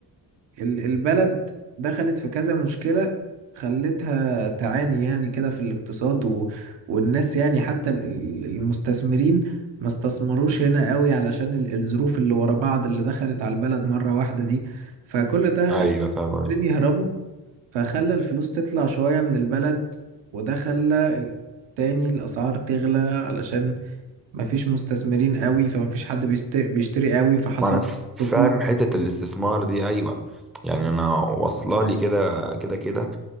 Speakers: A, on the right; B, in the centre.
A: ال- البلد دخلت في كذا مشكلة خلتها تعاني يعني كده في الاقتصاد و... والناس يعني حتى ال- ال- المستثمرين ما استثمروش هنا قوي علشان ال- الظروف اللي ورا بعض اللي دخلت على البلد مرة واحدة دي فكل ده خلى
B: أيوه فاهم قصدي.
A: المستثمرين يهربوا فخلى الفلوس تطلع شوية من البلد وده خلى ال- تاني الأسعار تغلى علشان مفيش مستثمرين قوي فمفيش حد بيست- بيشتري قوي فحصل
B: وأنا ف- فاهم
A: ركود
B: حتة الاستثمار دي أيوه يعني أنا واصلة لي كده كده كده